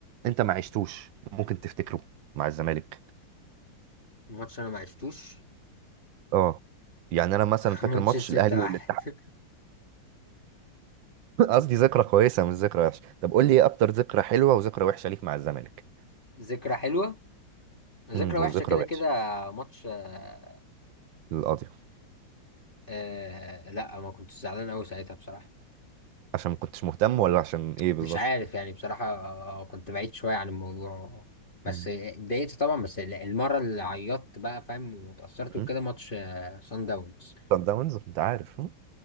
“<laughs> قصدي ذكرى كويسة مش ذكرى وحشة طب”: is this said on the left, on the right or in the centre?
Right